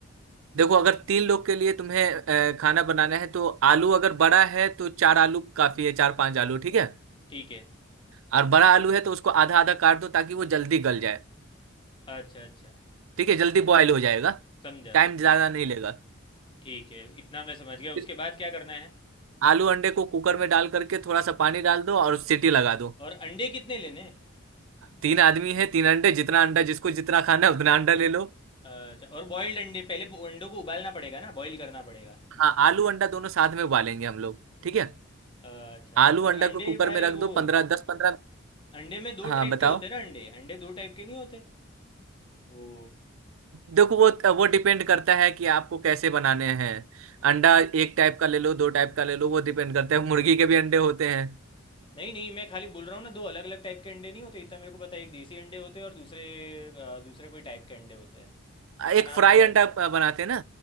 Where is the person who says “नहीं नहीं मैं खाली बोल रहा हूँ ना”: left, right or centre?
Left